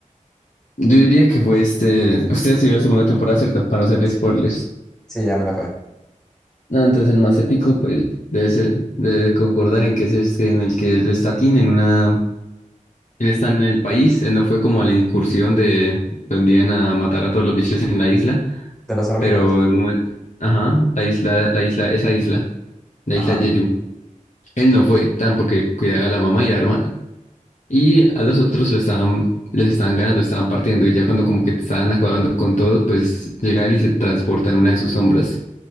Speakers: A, on the left; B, in the centre.
A: yo diría que fue este. Usted ya se vio la segunda temporada, ¿cierto? Para no hacer
B: Sí,
A: spoilers.
B: sí, ya me lo acabé.
A: Ah, entonces el más épico, pues, debe ser, debe concordar en que es este, en el que él está Tin en una. Él está en el país, él no fue como a la incursión de donde iban a matar a todos los bichos en la isla,
B: ¿De las hormigas?
A: pero de momento. Ajá, la isla, la isla, esa isla, la
B: Ajá.
A: isla Jeju. Él no fue, tan porque cuidaba a la mamá y a la hermana. Y a los otros lo estaban, les estaban ganando, estaban partiendo. Y ya cuando como que estaban acabando con todos, pues llega él y se transporta en una de sus sombras.